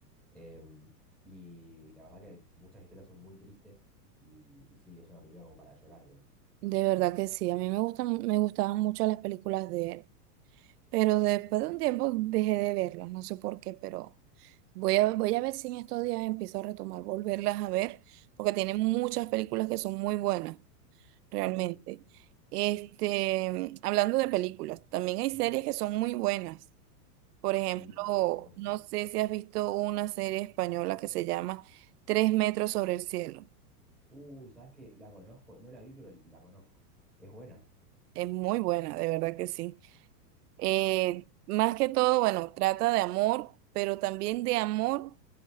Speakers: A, in the centre; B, on the right.
A: Em, y la verdad que muchas historias son muy tristes y, y sí, es una película como para llorar, digamos.
B: De verdad que sí, a mí me gustan, me gustaban mucho las películas de él. Pero después de un tiempo dejé de verlas, no sé por qué, pero voy a, voy a ver si en estos días empiezo a retomar, volverlas a ver, porque tienen
A: Ah.
B: muchas películas que son muy buenas, realmente.
A: Sí, sí, sí.
B: Este, hablando de películas, también hay series
A: Ujú.
B: que son muy buenas. Por ejemplo,
A: Sí, 100%.
B: no sé si has visto una serie española que se llama Tres metros sobre el cielo.
A: Uy, ¿sabes qué? La conozco, no la vi, pero la conozco. Es buena.
B: Es muy buena, de verdad que sí. Eh, más que todo, bueno, trata de amor, pero también de amor